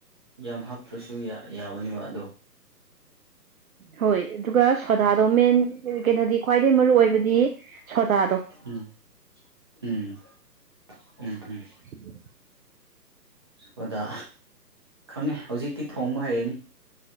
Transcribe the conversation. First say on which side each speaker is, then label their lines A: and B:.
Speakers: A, on the right (about 15°); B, on the right (about 60°).
A: ꯌꯥꯝ ꯍꯥꯞꯇ꯭ꯔꯁꯨ ꯌꯥ ꯌꯥꯕꯅꯦꯕ ꯑꯗꯣ
B: ꯍꯣꯢ ꯑꯗꯨꯒ ꯁꯣꯗꯥꯗꯣ ꯃꯦꯟ ꯀꯩꯅꯣꯗꯤ ꯈ꯭ꯋꯥꯢꯗꯩ ꯃꯔꯨꯑꯣꯢꯕꯗꯤ ꯁꯣꯗꯥꯗꯣ
A: ꯎꯝ ꯎꯝ ꯎꯝꯎꯝ
B: ꯎꯝ
A: ꯑꯣꯗ ꯈꯪꯉꯦ ꯍꯧꯖꯤꯛꯇꯤ ꯊꯣꯡꯕ ꯍꯩꯔꯅꯤ